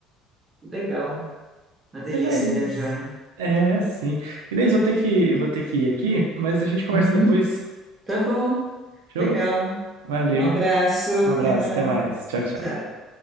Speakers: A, on the right (about 25°); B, on the right (about 80°).
A: Legal, uma delícia
B: Mas é isso.
A: viajar, né?
B: É, é sim. Inês, vou ter que, vou ter que ir aqui, mas a gente conversa
A: Uhum.
B: depois.
A: Tá bom,
B: Show?
A: legal.
B: Valeu.
A: Um abraço,
B: Um abraço,
A: Renan.
B: até mais. Tchau, tchau.
A: Tchau.